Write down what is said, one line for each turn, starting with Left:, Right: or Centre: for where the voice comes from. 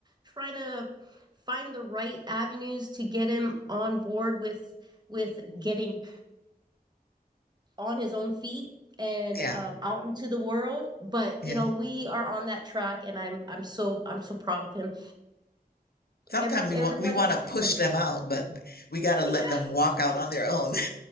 Right: trying to find the right avenues to get him on board with with getting on his own feet and
Left: Yeah,
Right: um, out into the world but
Left: yeah.
Right: you know we are on that track and i'm i'm so i'm so proud of him
Left: Sometimes
Right: every
Left: we
Right: everybody
Left: want we want
Right: is
Left: to
Right: different
Left: push them out, but we got to let
Right: <laughs> yeah
Left: them walk out on their own. <laughs>